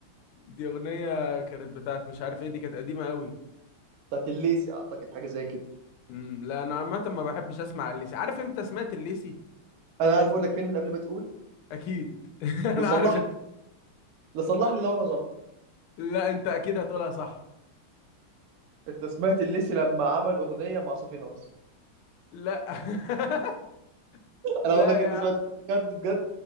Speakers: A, on the left; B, on the right.
A: دي اغنية كانت بتاعت مش عارف ايه دي كانت قديمة قوي
B: بتاعت الليسي اعتقد حاجه زي كده
A: امم لا انا عامة ما بحبش اسمع الليسي عارف امتى سمعت الليسي
B: انا عارف اقول لك فين من قبل ما تقول
A: اكيد <laughs>
B: وصلح
A: انا عارف انت
B: لي صلح لي لو انا غلط
A: لا انت اكيد هتقولها صح
B: انت سمعت الليسي لما عمل اغنيه مع صافي ناصر
A: لا <laughs>
B: انا
A: لا
B: اقول لك انت
A: يا
B: سمعت
A: عم
B: بجد بجد